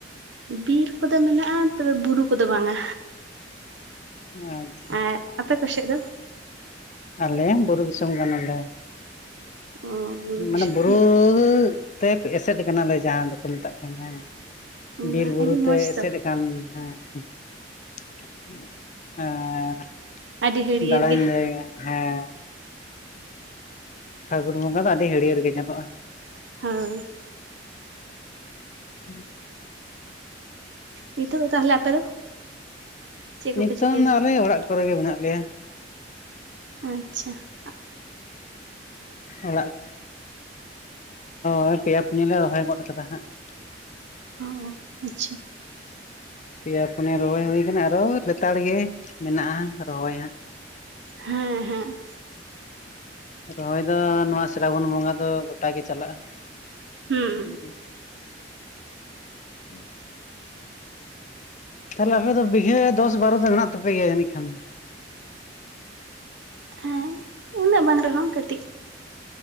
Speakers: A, on the right; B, on the left.
A: ᱵᱤᱨ ᱠᱚᱫᱚ ᱢᱮᱱᱟᱜ-ᱟ ᱛᱚᱵᱮ ᱵᱩᱨᱩ ᱠᱚᱫᱚ ᱵᱟᱝᱟ᱾
B: ᱟᱪᱪᱷᱟ᱾
A: ᱟᱨ ᱟᱯᱮ ᱠᱚᱥᱮᱫ ᱫᱚ?
B: ᱟᱞᱮ ᱵᱩᱨᱩ ᱫᱤᱥᱚᱢ ᱠᱟᱱᱟᱞᱮ
A: ᱚ ᱫᱤᱥᱚᱢ
B: ᱢᱟᱱᱮ ᱵᱩᱨᱩ ᱛᱮᱯ ᱮᱥᱮᱫ ᱠᱟᱱᱟᱞᱮ ᱡᱟᱦᱟᱸ ᱫᱚᱠᱚ ᱢᱮᱛᱟᱜ ᱠᱟᱱᱟ ᱵᱤᱨ
A: ᱵᱟ
B: ᱵᱩᱨᱩ
A: ᱟᱹᱰᱤ ᱢᱚᱸᱡᱽ
B: ᱛᱮ ᱮᱥᱮᱫ
A: ᱛᱚ
B: <unintelligible> <inaudible>
A: ᱟᱹᱰᱤ ᱦᱟᱹᱨᱭᱟᱹᱲ ᱜᱮ
B: ᱯᱷᱟᱹᱜᱩᱱ ᱵᱚᱸᱜᱟ ᱫᱚ ᱟᱹᱰᱤ ᱦᱟᱹᱲᱭᱟᱹᱲ ᱜᱮ ᱧᱮᱞᱚᱜ-ᱟ᱾
A: ᱦᱚᱭ᱾
B: <unintelligible>
A: ᱱᱤᱛᱚᱜ ᱫᱚ ᱛᱟᱦᱚᱞᱮ ᱟᱯᱮ ᱫᱚ? ᱪᱮᱫ ᱠᱚᱯᱮ
B: ᱱᱤᱛᱚᱝ
A: ᱪᱤᱠᱟᱹᱭᱮᱫᱟ
B: ᱫᱚ ᱟᱞᱮ ᱚᱲᱟᱜ ᱠᱚᱨᱮ ᱜᱮ ᱢᱮᱱᱟᱜ ᱞᱮᱭᱟ ᱾
A: ᱟᱪᱪᱷᱟ ᱟᱸᱜ
B: ᱚᱲᱟᱜ ᱦᱳᱭ ᱯᱮᱭᱟ ᱯᱩᱱᱤᱭᱟᱹ ᱞᱮ ᱨᱚᱦᱚᱭ ᱜᱚᱫ ᱟᱠᱟᱫᱟ ᱦᱟᱸᱜ ᱾
A: ᱚ ᱚ ᱟᱪᱪᱷᱟ᱾
B: <unintelligible> ᱯᱮᱭᱟ ᱯᱩᱱᱭᱟ ᱨᱚᱦᱚᱭ ᱦᱩᱭ ᱟᱠᱟᱱᱟ ᱟᱨᱚ ᱞᱮᱛᱟᱲ ᱜᱮ ᱢᱮᱱᱟᱜ-ᱟ ᱨᱚᱦᱚᱭ ᱦᱟᱸᱜ᱾
A: ᱦᱮᱸ ᱦᱮᱸ᱾
B: ᱨᱚᱦᱚᱭ ᱫᱚ ᱱᱚᱣᱟ ᱥᱨᱟᱵᱚᱱ ᱵᱚᱸᱜᱟ ᱫᱚ ᱜᱚᱴᱟ ᱜᱮ ᱪᱟᱞᱟᱜ-ᱟ᱾
A: ᱦᱩᱸ
B: <unintelligible> <unintelligible> ᱛᱟᱦᱚᱞᱮ ᱟᱯᱮ ᱫᱚ ᱵᱤᱜᱷᱟᱹ ᱫᱚᱥ ᱵᱟᱨᱚ ᱫᱚ ᱢᱮᱱᱟᱜ ᱛᱟᱯᱮ ᱜᱮᱭᱟ ᱡᱟᱹᱱᱤᱡ ᱠᱷᱟᱱ ᱫᱚ?
A: ᱦᱮᱸ ᱩᱱᱟᱹᱜ ᱵᱟᱝ ᱨᱮᱦᱚᱸ ᱠᱟᱹᱴᱤᱡ ᱾